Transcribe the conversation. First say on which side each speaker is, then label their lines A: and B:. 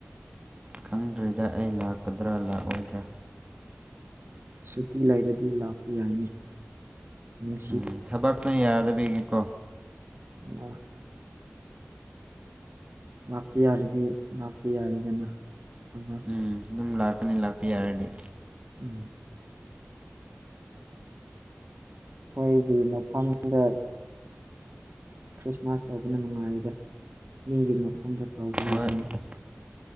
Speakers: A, on the right; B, on the right.
A: ꯈꯪꯗ꯭ꯔꯤꯗ ꯑꯩ ꯂꯥꯛꯀꯗ꯭ꯔꯥ ꯂꯥꯛꯑꯣꯏꯗ꯭ꯔꯥ
B: ꯁꯨꯇꯤ ꯂꯩꯔꯗꯤ ꯂꯥꯛꯄ ꯌꯥꯏꯅꯦ ꯅꯪ
A: ꯎꯝ ꯊꯕꯛꯅ ꯌꯥꯗꯕꯩꯒꯔꯀꯣ
B: ꯑ ꯂꯥꯛꯄ ꯌꯥꯔꯗꯤ ꯂꯥꯛꯄꯤ ꯌꯥꯏꯗꯅ ꯊꯝꯃ
A: ꯎꯝ ꯑꯗꯨꯝ ꯂꯥꯛꯀꯅꯤ ꯂꯥꯛꯄꯤ ꯌꯥꯔꯗꯤ
B: ꯎꯝ ꯑꯩꯈꯣꯏꯒꯤ ꯃꯐꯝꯗ ꯈ꯭ꯔꯤꯁꯃꯥꯁ ꯇꯧꯕꯅ ꯅꯨꯡꯉꯥꯏꯗ ꯃꯤꯒꯤ ꯃꯐꯝꯗ ꯇꯧꯕꯒꯤ
A: ꯍꯣꯏ
B: ꯍꯦꯟꯅ
A: ꯑꯁ